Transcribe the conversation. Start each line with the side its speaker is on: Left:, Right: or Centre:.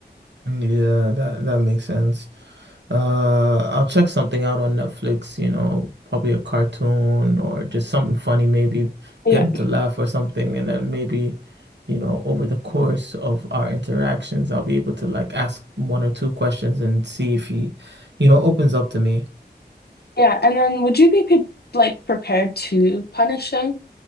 Right: Yeah, that that makes sense. Uh, I'll check something out on Netflix, you know, probably a cartoon or just something funny, maybe
Left: Yeah.
Right: get them to laugh or something. And then maybe, you know, over the course of our interactions, I'll be able to like ask one or two questions and see if he, you know, opens up to me.
Left: Yeah, and then would you be pre like prepared to punish him?